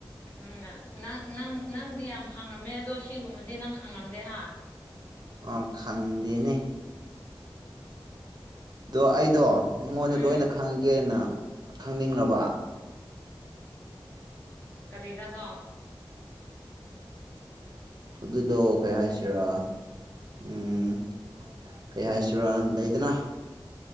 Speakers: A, on the left (about 20°); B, on the right (about 50°).
A: ꯅꯪꯅ ꯅꯪ ꯅꯪ ꯅꯪꯗꯤ ꯌꯥꯝ ꯈꯪꯉꯝꯃꯦ ꯑꯗꯣ ꯁꯤꯒꯨꯝꯕꯗꯤ ꯅꯪ ꯈꯪꯉꯝꯗꯦ ꯍꯥ
B: ꯑ ꯈꯪꯗꯦꯅꯦ ꯑꯗꯣ ꯑꯩꯗꯣ ꯅꯉꯣꯟꯗ
A: ꯎꯝ
B: ꯂꯣꯏꯅ ꯈꯪꯒꯦꯅ ꯈꯪꯅꯤꯡꯕ
A: ꯀꯔꯤꯔꯗ
B: ꯑꯗꯨꯗꯣ ꯀꯩ ꯍꯥꯏꯁꯤꯔꯥ ꯎꯝ ꯀꯩ ꯍꯥꯏꯁꯤꯔ ꯂꯩꯗꯅ